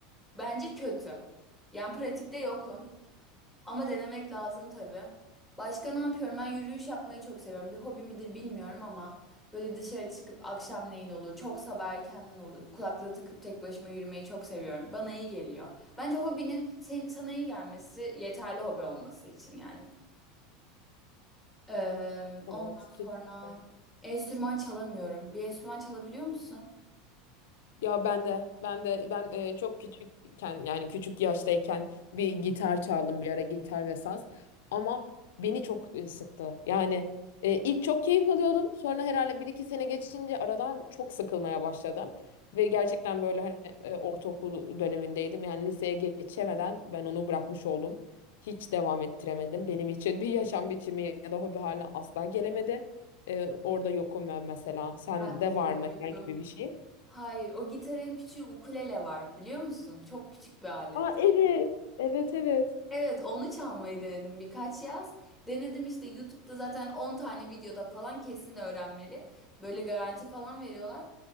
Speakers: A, in the centre; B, on the left (about 80°).
A: bence kötü. Yani pratikte yokum. Ama denemek lazım tabii. Başka ne yapıyorum? Ben yürüyüş yapmayı çok seviyorum. Bir hobi midir bilmiyorum ama böyle dışarı çıkıp akşamleyin olur, çok sabah erkenden olur. Kulaklığı takıp tek başıma yürümeyi çok seviyorum. Bana iyi geliyor. Bence hobinin sen- sana iyi gelmesi yeterli hobi olması için yani. Ee, ondan
B: Evet,
A: sonra
B: kesinlikle.
A: enstrüman çalamıyorum. Bir enstrüman çalabiliyor musun?
B: Ya ben de ben de ben e, çok küçükken yani küçük yaştayken bir gitar çaldım bir ara gitar ve saz ama beni çok e, sıktı. Yani e, ilk çok keyif alıyordum sonra herhalde bir iki sene geçince aradan çok sıkılmaya başladım. Ve gerçekten böyle hani e, ortaokul dönemindeydim yani liseye geçemeden ben onu bırakmış oldum. Hiç devam ettiremedim. Benim için bir yaşam biçimi ya da hobi haline asla gelemedi. E, orada yokum ben mesela. Sende
A: Ben de
B: var
A: hiç
B: mı
A: yokum.
B: herhangi bir şey?
A: Hayır, o gitarın küçüğü ukulele var biliyor musun? Çok küçük bir alet.
B: Aa evet. Evet evet.
A: Evet onu çalmayı denedim birkaç yaz. Denedim işte YouTube'da zaten 10 tane videoda falan kesin öğrenmeli. Böyle garanti falan veriyorlar.